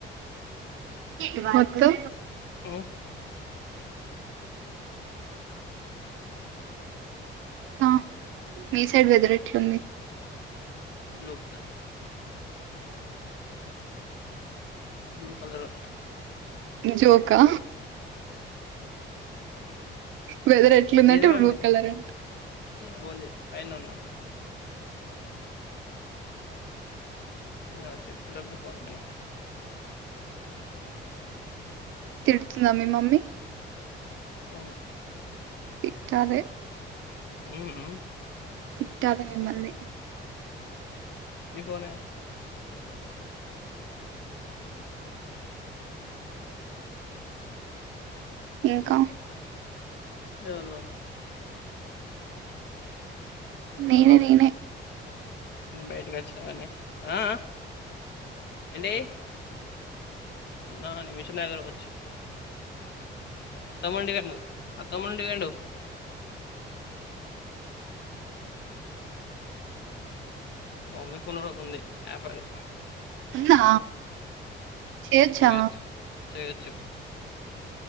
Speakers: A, on the right; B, on the left.
A: మ్ వద్దు
B: ఒ
A: ఆ మీ సైడ్ వెదర్ ఎట్ల ఉంది
B: లుక్ బ్లూ కలర్
A: జోక వెదర్ ఎట్లుందంటే
B: ఏదో
A: బ్లూ
B: మె
A: కలర్ అంట
B: పోన్ చేయ్ పైనె ఉన్నా ఆ చెప్పు లేపోతే ఫోన్ చేయనా
A: తిడ్తుందా మీ మమ్మీ
B: అవును
A: తిట్టాలే
B: మ్
A: తిట్టాలి మమ్మల్ని
B: నీ ఫోనె
A: ఇంక
B: ఎవర్ వాల్
A: నేనె
B: హలో
A: నేనె
B: బయటకి వచ్చా కాని అ ఆ ఏంటి అన్నా నిమిషన్ దాగా వచ్చు అత్తమండి గాను అత్తమండి గాడు మా మమ్మీ ఫోన్ ల ఉంది యాప్ అది
A: ఉందా చేయచ్చా
B: చెయొచ్చు చెయొచ్చు